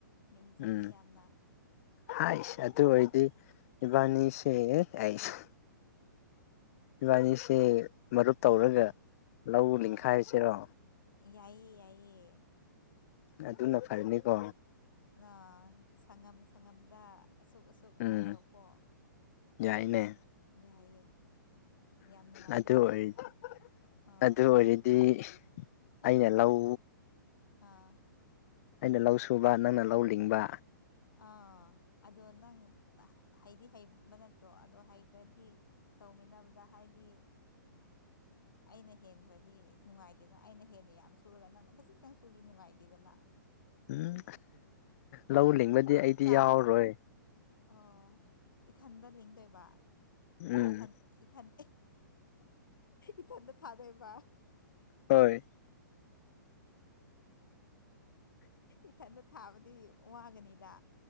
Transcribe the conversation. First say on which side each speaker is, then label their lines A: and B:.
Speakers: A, on the left (about 75°); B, on the left (about 45°).
A: ꯃꯤꯡ ꯆꯠꯂꯦ
B: ꯎꯝ
A: ꯌꯥꯝꯅ
B: ꯍꯥꯏꯁ ꯑꯗꯨ ꯑꯣꯏꯔꯗꯤ ꯏꯕꯥꯅꯤꯁꯦ ꯑꯩꯁꯨ ꯏꯕꯥꯅꯤꯁꯦ ꯃꯔꯨꯞ ꯇꯧꯔꯒ ꯂꯧ
A: ꯑꯥ
B: ꯂꯤꯡꯈꯥꯏꯁꯤꯔꯣ
A: ꯌꯥꯏꯌꯦ ꯌꯥꯏꯌꯦ
B: ꯑꯗꯨꯅ ꯐꯥꯔꯅꯤ ꯀꯣ
A: ꯂꯧ ꯁꯪꯉꯝ ꯁꯪꯉꯝꯗ ꯑꯁꯨꯛ ꯑꯁꯨꯛ
B: ꯎꯝ
A: ꯍꯥꯏꯔꯒꯀꯣ
B: ꯌꯥꯏꯅꯦ
A: ꯌꯥꯏꯌꯦ ꯌꯥꯝ ꯅꯨꯡꯉꯥꯏꯗꯧꯔꯤꯌꯦ
B: ꯑꯗꯨ ꯑꯣꯏꯔꯗꯤ
A: ꯑꯥ
B: ꯑꯗꯨ ꯑꯣꯏꯔꯗꯤ
A: ꯑꯗꯣ
B: ꯑꯩꯅ ꯂꯧ
A: ꯑꯥ
B: ꯑꯩꯅ ꯂꯧ ꯁꯨꯕ ꯅꯪꯅ ꯂꯧ ꯂꯤꯡꯕ
A: ꯑꯥ ꯑꯗꯣ ꯅꯪ ꯍꯩꯗꯤ ꯍꯩꯕ ꯅꯠꯇ꯭ꯔꯣ ꯑꯗꯣ ꯍꯩꯇ꯭ꯔꯗꯤ ꯇꯧꯃꯤꯟꯅꯕꯗ ꯍꯥꯏꯗꯤ ꯑ ꯑꯩꯅ ꯍꯦꯟꯈ꯭ꯔꯗꯤ ꯅꯨꯡꯉꯥꯏꯇꯦꯗꯅ ꯑꯩꯅ ꯍꯦꯟꯅ ꯌꯥꯝ ꯁꯨꯔꯒ ꯅꯪꯅ ꯈꯖꯤꯛꯇꯪ ꯁꯨꯔꯁꯤ ꯅꯨꯡꯉꯥꯏꯇꯦꯗꯅ
B: ꯎꯝ ꯂꯧ ꯂꯤꯡꯕꯗꯤ ꯑꯩꯗꯤ
A: ꯆꯥꯡ
B: ꯌꯥꯎꯔꯔꯣꯏ
A: ꯑꯣ ꯏꯊꯟꯗ ꯂꯤꯡꯗꯣꯏꯕ
B: ꯎꯝ
A: ꯑꯊꯟ ꯏꯊꯟ ꯏꯊꯟꯗ ꯊꯥꯗꯣꯏꯕ
B: ꯍꯣꯏ
A: ꯏꯊꯟꯗ ꯊꯥꯕꯗꯤ ꯋꯥꯒꯅꯤꯗ